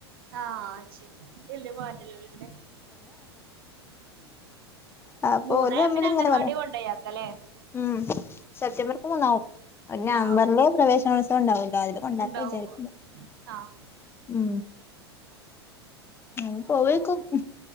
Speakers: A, on the right; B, on the left.
A: ആഹ അത് ശരി ഇല് പാട്ടല്ല
B: അ പോല്
A: മൂന്നായ
B: തമ്മിൽ
A: പിന്നെ
B: ഇങ്ങനെ
A: അംഗൻവാടി
B: പറയാ
A: കൊണ്ടോയാക്കല്ലേ
B: ഉം സെപ്റ്റംബർക്ക് മൂന്നാവും നവംബറിലെ
A: ആഹ്
B: പ്രവേശനോത്സവം ഉണ്ടാവാല് അതില് കൊണ്ടാക്ക
A: ഉണ്ടാവും
B: വിചാരിക്കില്ല
A: ആഹ്
B: ഉ ഉ പോവേക്കും